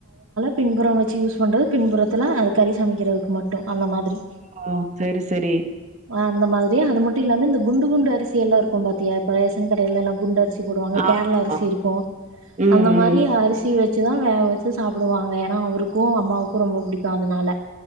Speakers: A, on the right; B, on the right.
A: பின்புறோ வச்சி யூஸ் பண்றது பின்புறத்துல அது கறி சமைக்கிறதுக்கு மட்டு அந்த மாதிரி
B: ஓ சரி சரி.
A: அஹ் அந்த மாதிரி அது மட்டு இல்லாம இந்த குண்டு குண்டு அரிசி எல்லா இருக்கும் பாத்தியா இப்ப ரேஸ் ஷங்கடைலல்லா குண்டரிஸ் சி போடுவாங்க
B: ஆமாமா.
A: கேரளா அரிசி இருக்கு
B: ம்
A: அந்த மாரி
B: ம்.
A: அரிசி வெச் ச்சுதா வேக வெச்சு சாப்புடுவாங்க ஏன்னா அவருக்கு அம்மாவுக்கு ரொம்ப புடிக்கு அதனால